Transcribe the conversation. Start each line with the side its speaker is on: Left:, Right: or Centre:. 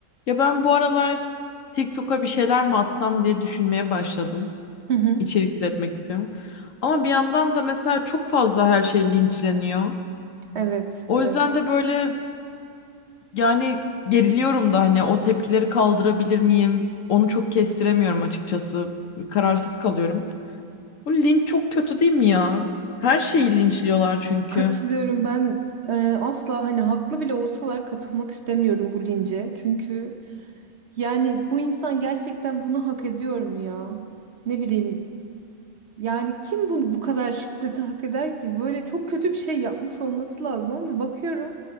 Left: Ya ben bu aralar TikTok'a bir şeyler mi atsam diye düşünmeye başladım.
Right: Hı hı.
Left: İçerik üretmek istiyorum. Ama bir yandan da mesela çok fazla her şey linçleniyor.
Right: Evet,
Left: O
Right: evet.
Left: yüzden de böyle yani geriliyorum da hani o tepkileri kaldırabilir miyim? Onu çok kestiremiyorum açıkçası. Kararsız kalıyorum. Bu linç çok kötü değil mi ya? Her şeyi linçliyorlar çünkü.
Right: Katılıyorum. Ben e, asla hani haklı bile olsalar katılmak istemiyorum bu lince. Çünkü yani bu insan gerçekten bunu hak ediyor mu ya? Ne bileyim. Yani kim bu bu kadar şiddeti hak eder ki? Böyle çok kötü bir şey yapmış olması lazım ama bakıyorum